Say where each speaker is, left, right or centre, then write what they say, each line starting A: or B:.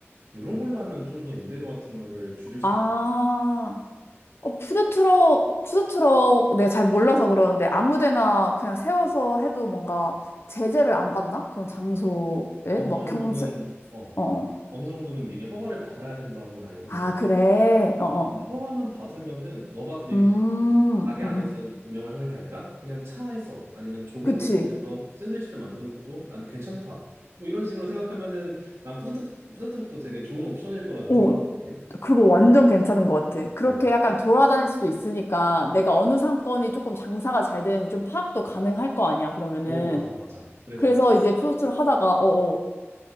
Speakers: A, on the right (about 65°); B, on the left (about 60°).
A: 이런 걸로 하면 좀 더 임대료 같은 거를 줄일 수
B: 아,
A: 있.
B: 어, 푸드트럭, 푸드트럭 내가 잘 몰라서 그러는데 아무 데나 그냥 세워서 해도 뭔가 제재를 안 받나? 그런 장소에?
A: 어느
B: 막
A: 정도는
B: 경찰,
A: 어
B: 어어.
A: 어느 정도는 미리 허가를 받아야 된다고는 알고
B: 아,
A: 있는데.
B: 그래. 어어.
A: 허가만 받으면은 너가 그리고
B: 음,
A: 가게
B: 음,
A: 안에서
B: 음.
A: 운영을 하는 게 아니라 그냥 차에서 아니면 좁은
B: 그치.
A: 공간에서 샌드위치를 만드는 것도 난 괜찮다. 뭐 이런 식으로 생각하면은 난 푸드트럭, 푸드트럭도 되게 좋은 옵션일 거라는
B: 어,
A: 생각인데.
B: 그거 완전 괜찮은 것 같아. 그렇게
A: 어,
B: 약간 돌아다닐 수도 있으니까 내가 어느 상권이 조금 장사가 잘 되는지 좀 파악도 가능할 거 아니야, 그러면은.
A: 어, 맞아, 맞아. 그래서
B: 그래서 이제 푸드트럭 하다가, 어어.